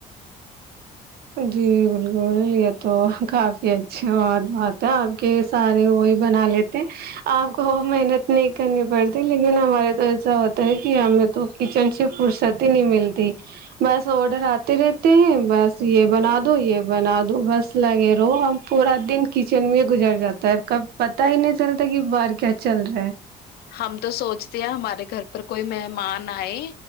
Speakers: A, on the right (about 65°); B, on the left (about 70°).
A: ہ <inaudible> جی بالکل یہ تو کف <inaudible> یہ اچھا بات بات ہے آپ کے سارے وہی بنا لیتے کہ <inaudible> آپ کو محنت نہیں کرنی پڑتی لیکن ہمارے تو ایسا ہوتا ہے کہ ہمیں تو کچن سے فرصتی ہی نہیں ملتی ج <inaudible> بس آڈر آتے رہے ہیں بس یہ بنا دو یہ بنا دو بس لگے رہو ہم پورا دن کچن میں گزر جاتا تو اب کاب پتا ہی نہیں چلتا کہ بار کیا چل رہا ہے
B: ہم تو سوچتے ہیں ہمارے گھر پر کوئی مہمان آئے